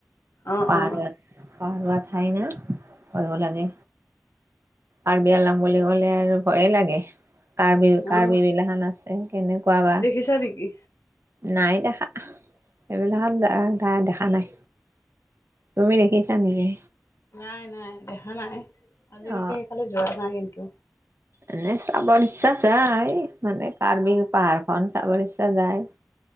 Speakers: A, on the left; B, on the right.
A: অঁ
B: পাহাৰিয়া
A: অঁ
B: ঠাই না ভয়ো লাগে। কাৰ্বিআংলং বুলি ক'লে আৰু ভয়ে লাগে। কাৰ্বি কাৰ্বি
A: অঁ
B: বিলাখন আছে কেনেকুৱা বা।
A: দেখিছা নেকি?
B: নাই দেখা, এইবিলাকত ত দেখা নাই। তুমি দেখিছা নেকি?
A: নাই নাই, দেখা নাই, আজিলৈকে
B: অ
A: সেইফালে যোৱা নাই কিন্তু।
B: এনেই চাব ইচ্ছা যায় মানে কাৰ্বি
A: অ',
B: পাহাৰখন চাবৰ, ইচ্ছা যায়।